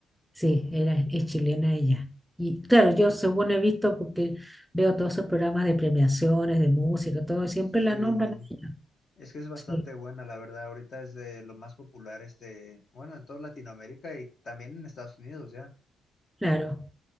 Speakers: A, in the centre; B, on the left.
A: Sí, era, es chilena ella. Y claro, yo según he visto, porque veo todos esos programas de premiaciones, de música, todo, y siempre
B: Sí,
A: la nombran a ella.
B: Es que es bastante
A: Sí,
B: buena, la verdad. Ahorita es de lo más popular, este, bueno, en toda Latinoamérica y también en Estados Unidos ya.
A: claro.